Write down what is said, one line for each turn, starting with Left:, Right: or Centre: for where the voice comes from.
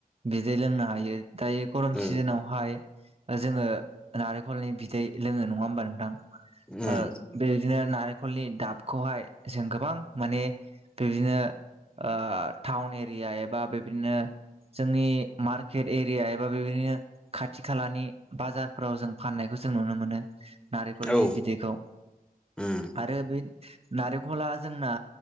Right: बिदै लोंनो हायो दायो गरम
Centre: उम
Right: सिजोनावहाय जोङो नारेंखलनि बिदै लोङो नङा होमबा नोंथां
Centre: उम
Right: ओ बेबायदिनो नारें खलनि दाबखौहाय जों गोबां माने बिदिनो ओ टाउन एरिया एबा बे बादिनो जोंनि मार केेट एरिया एबा बेबायदिनो खाथि खालानि बाजारफोराव जों फाननायखौ जों नुनो मोनो नारेंखलनि
Centre: औ
Right: बिदैखौ
Centre: उम
Right: आरो बे नारेंखला जोंना